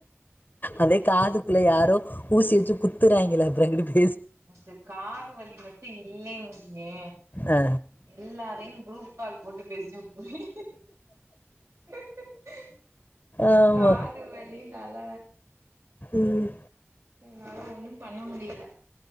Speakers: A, on the left (about 45°); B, on the right (about 80°).
A: அதே காதுக்குள்ள யாரோ ஊசி வச்சு குத்துறாங்கிலே அப்பறோ எங்குட்டு போய்
B: எனக்கு காது வலி மட்டு இல்லைன் வே
A: ஆ
B: எல்லாரையு குரூப் கால்ப் போட்டு பேசி ருவே <inaudible>
A: ஆமா
B: காது வலினால
A: உம்
B: என்னால ஒன்னு பண்ண முடியல